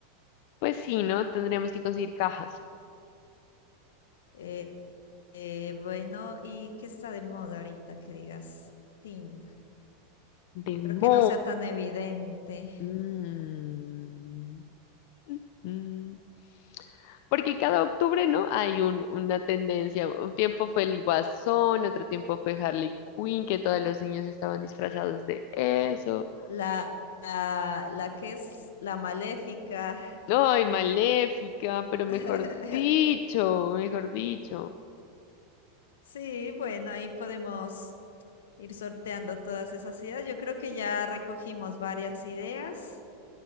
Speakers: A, on the left; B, on the left.
A: Pues sí, ¿no? Tendríamos que conseguir cajas
B: Eh, eh, bueno, ¿y qué está de moda ahorita que digas? Tin,
A: de
B: pero
A: moda.
B: que no sea tan evidente.
A: Mm. Ujú. Porque cada octubre, ¿no? Hay un, una tendencia. Un tiempo fue el Guasón, otro tiempo fue Harley Quinn, que todos los niños estaban disfrazados de eso.
B: La, la, la que es la maléfica.
A: ¡Ay, Maléfica! Pero mejor
B: <laughs>
A: dicho, mejor dicho,
B: Sí, bueno, ahí podemos ir sorteando todas esas ideas. Yo creo que ya recogimos varias ideas.